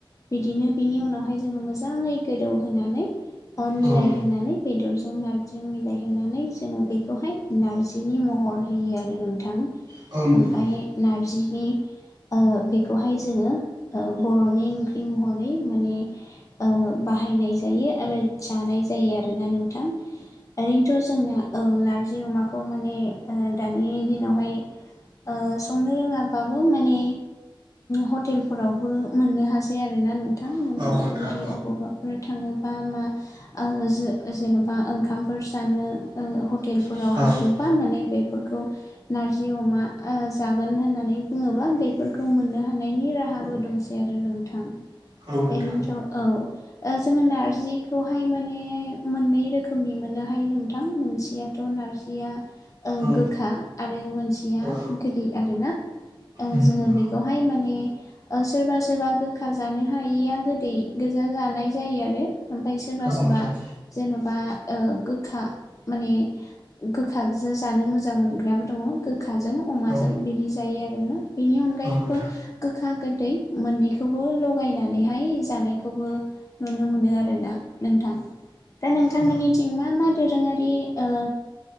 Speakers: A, on the left; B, on the right.
A: बिदिनो बिनि उनावहाय जोङो मोजाङै गोदौहोनानै मिलायहोनानै
B: औ औ नोंथां
A: बेदर ज जों नारजिजों मिलायहोनानै जोङो बेखौहाय नारजिनि महर होयो आरो नोंथां।
B: औ नोंथां
A: ओमफ्राय नारजिनि अ बेखौहाय जोङो ओ बर'नि ओंख्रि महरै माने ओ बा बाहायनाय जायो आरो जानाय जायो आरोना नोंथां। ओरैनोथ' जोंना औ नारजि अमाखौ माने दानि दिनावहाय ओ संनो रोङाबाबो माने हटेलफोरावबो मोननो हासै आरोना नोंथां। नोंथां नोंथाङा
B: औ नोंथां
A: जुदि अबावबाफोर थाङोबा मा ओ जो जेन'बा ओंखामफोर जानो ओ हटेलफोराव
B: औ
A: हाबोबा
B: औ
A: माने बे नारजि अमा जागोन होननानै बुङोबा बेफोरखौ मोननो हानायनि राहा खाबु दंसै आरो नोंथां।
B: औ नोंथां
A: ओरैनोथ' औ ओ जोङो नारजिखौहाय माने मोननै रोखोम रोखोमनि मोननो हायो नोंथां मोनसेयाथ' नारजिया
B: औ
A: गोखा आरो मोनसेया
B: औ
A: गोदै आरोना। ओ
B: उम
A: जोङो बेखौहाय माने ओ सोरबा सोरबा गोखा जानो हायिया गोदै जानाय जायो आरो ओमफाय सोरबा
B: औ
A: सोरबा
B: नोंथां
A: जेन'बा ओ गोखा माने गोखा गोजा जानो मोजां मोनग्राबो दङ गोखाजों अमाजों
B: औ
A: बिदि जायो आरोना बिनि अनगायैबो
B: नोंथां
A: गोखा गोदै मोननैखौबो लगाय नानै जानायखौबो नुनो मोनो आरोना नोंथां दा नोंथांमोननि
B: औ
A: थिं मा मा दोरोङारि ओ